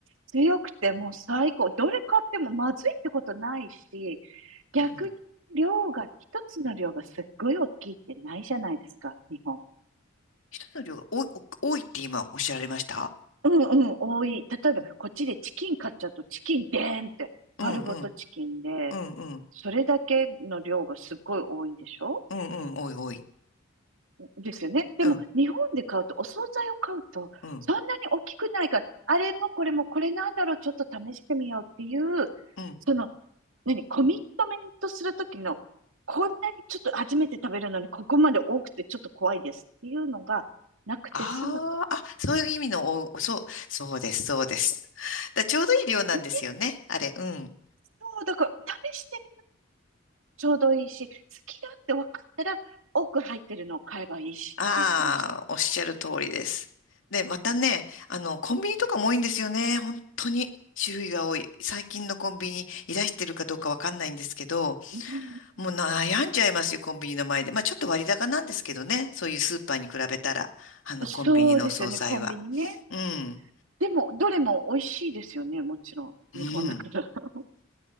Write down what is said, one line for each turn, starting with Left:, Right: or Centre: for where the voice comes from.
Right: 強くてもう最高。どれ買ってもまずいってことないし、逆に量が、
Left: うん。
Right: 一つの量がすっごい大きいってないじゃないですか、日本。
Left: 人の量が多い、お多いって今おっしゃられました
Right: うんうん、多い。例えば、
Left: うん、
Right: こっちでチキン買っちゃうと、チキンでーんって、
Left: うん、
Right: 丸ごとチキンで、
Left: うん、うん、
Right: それだけの量がすっごい多いでしょ
Left: うん、うん、多い、多い。
Right: ですよね。でも、
Left: うん、
Right: 日本で買うと、お惣菜を買うと、
Left: うん、
Right: そんなに大きくないから、あれもこれもこれなんだろう、ちょっと試してみようっていう、
Left: うん。
Right: その、何、コミットメントするときの、こんなにちょっと初めて食べるのに、ここまで多くてちょっと怖いですっていうのがなくて済むと。
Left: ああ、あ、そういう意味の、お、そう、そうです、そうです。だちょうどいい量なんですよね、
Right: うん
Left: あれ。うん。
Right: そう、だから、試してちょうどいいし、好きだって分かったら、多く入ってるのを買えばいいしって言ってました。
Left: ああ、おっしゃる通りです。で、またね、あの、コンビニとかも多いんですよね、本当に。種類が多い。最近のコンビニいらしてるかどうかわかんないんですけど、
Right: うん、
Left: もう悩んじゃいますよ、コンビニの前で。まあちょっと割高なんですけどね、そういうスーパーに比べたら、あの、
Right: そうですよね、
Left: コンビニのお惣菜は。
Right: コンビニね。
Left: うん。
Right: でも、どれも美味しいですよね、もちろん。
Left: うん。
Right: 日本だから。<laughs>